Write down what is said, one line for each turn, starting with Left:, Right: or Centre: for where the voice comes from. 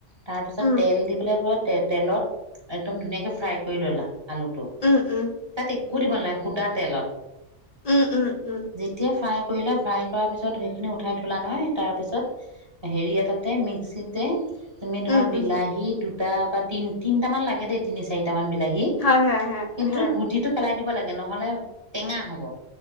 Right: তাৰপিছত
Left: উম
Right: তেল দি পেলাই বত তে তেলত একদম ধুনীয়াকে ফ্ৰাই কৰি ললা আলুটো
Left: উম উম
Right: তাতে একো দিব নালাগে সুদা তেলত
Left: উম উম উম
Right: যেতিয়া ফ্ৰাই কৰিলা‌ফ্ৰাই কৰাৰ পিছত সেইখিনি উঠাই থোলা নহয় তাৰ পিছত হেৰি এটা তে মিক্সিতে তুমি ধৰা
Left: উম
Right: বিলাহী
Left: উম
Right: দুটা দুটা বা তি তিনিটা মান লাগে দেই তিনি চাৰি কেইটামান বিলাহী
Left: হয় হয় হয়
Right: কিন্তু
Left: হয়
Right: গুটিটো পেলাই দিব লাগে নহলে টেঙা হ'ব